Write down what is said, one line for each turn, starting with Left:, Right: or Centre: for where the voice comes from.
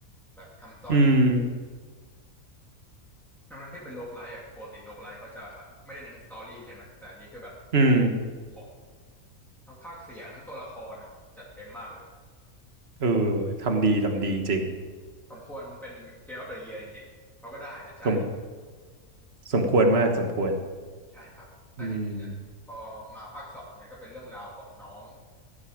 Centre: แบบทำสตอรี่
Right: อืม
Centre: ทั้งนั้นที่เป็นโรคไลท์อ่ะคือปกติโรคไลท์เขาจะไม่ได้เน้นสตอรี่ใช่ไหมแต่อันนี้คือแบบ
Right: อืม
Centre: โอ้โหทั้งภาคเสียงทั้งตัวละครอ่ะจัดเต็มมากเลย
Right: เออทำดีทำดีจริง
Centre: สมควรเป็นเกมออฟเดอะเยียร์จริงๆเขาก็ได้แหละใช่
Right: ๆสมสมควรมากสมควร
Centre: ใช่ครับแล้วทีนี้เนี่ยพอมาภาคสองเนี่ยก็เป็นเรื่องราวของน้อง
Right: อืม